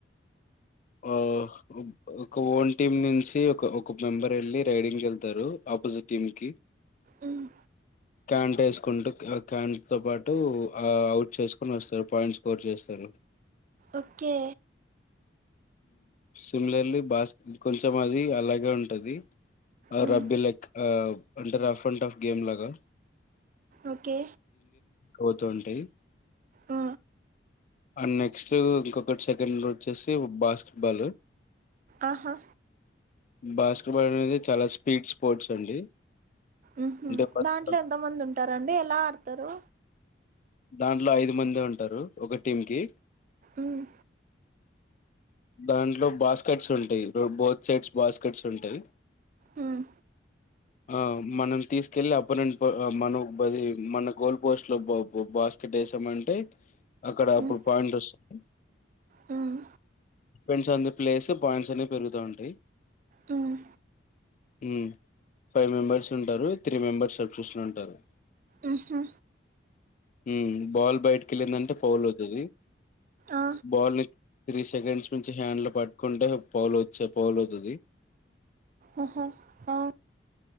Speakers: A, on the left (about 45°); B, on the right (about 45°).
A: ఆ ఒక ఓల్ టీమ్ నుంచి ఒక ఒక మెంబర్ వెళ్ళి రైడింగ్ ఎళ్తరు ఆపోజిట్ టీం కి
B: మ్మ్
A: క్యాంట్ వేసుకుంటూ క్యా క్యాంట్ తో పాటు ఆ అవుట్ చేసుకొని వస్తారు పాయింట్ స్కోర్ చేస్తారు
B: ఓకే
A: సిమిలర్లీ బాశ్ కొంచెం అది అలాగే ఉంటది ఆ
B: మ్మ్
A: రబ్బిలైక్ ఆ అంటే రఫ్ అండ్ ఆఫ్ గేమ్ లాగా
B: ఓకే
A: పోతూంటయి
B: ఆ
A: అ నెక్స్ట్ ఇంకొకటి సెకండ్ వచ్చేసి బాస్కెట్ బాల్
B: ఆహా
A: బాస్కెట్బాల్ అనేది చాలా స్పీడ్ స్పోర్ట్స్ అండి
B: మ్ హు
A: అంటే ఫస్ట్
B: దాంట్లో ఎంత మంది ఉం టారండీ ఎలా ఆడతారు
A: దాంట్లో ఐదు మంది ఉంటరు ఒక టీం కి
B: మ్మ్
A: దాంట్లో బాస్కెట్స్ ఉంటాయి <unintelligible> బోత్ సైడ్స్ బాస్కెట్స్ ఉంటాయి
B: మ్మ్
A: ఆ మనం తీసుకెళ్ళి అపోనెంట్ పో మనో బది మన గోల్ పోస్ట్ లో బ బ బాస్కెట్ వేసామంటే అక్కడ
B: మ్మ్
A: అప్పుడు పాయింట్ వస్త <inaudible>
B: మ్మ్
A: depends on the place points అనే పెరుగుతా ఉంటాయి
B: మ్మ్
A: మ్ ఫైవ్ మెంబెర్స్ ఉంటారు త్రీ మెంబెర్స్ సబ్స్టిట్యూషన్ ఉంటరు
B: ఆహా
A: మ్ బాల్ బయటికి వెళ్ళిందంటే ఫౌల్ అవుతది
B: ఆ
A: బాల్ని త్రీ సెకండ్స్ నుంచి హ్యాండ్లు పట్టుకుంటే పౌలు వచ్చే పౌల్ అవుతుంది
B: ఆహా ఆ